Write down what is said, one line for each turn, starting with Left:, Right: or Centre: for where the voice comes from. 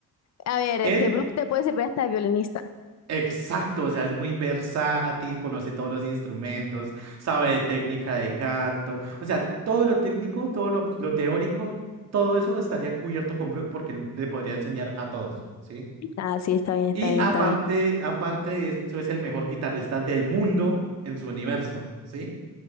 Left: A ver, este
Right: Él,
Left: Brook te puede servir hasta de violinista.
Right: exacto, o sea, es muy versátil, conoce todos los instrumentos, sabe de técnica de canto, o sea, todo lo técnico, todo lo, lo teórico, todo eso estaría cubierto con Brook porque él le podría enseñar a todos, ¿sí?
Left: Ah, sí, está bien, está
Right: Y
Left: bien,
Right: aparte,
Left: está bien.
Right: aparte de eso, es el mejor guitarrista del mundo en su universo, ¿sí?